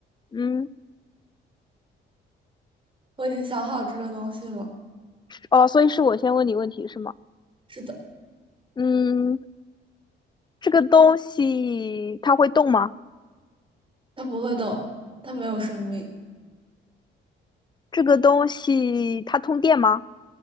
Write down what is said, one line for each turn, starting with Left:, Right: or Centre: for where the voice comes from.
Left: 嗯，
Right: 我已经想好这个东西了。
Left: 哦，所以是我先问你问题是吗？
Right: 是的，
Left: 嗯，这个东西它会动吗？
Right: 它不会动，它没有生命，
Left: 这个东西它通电吗？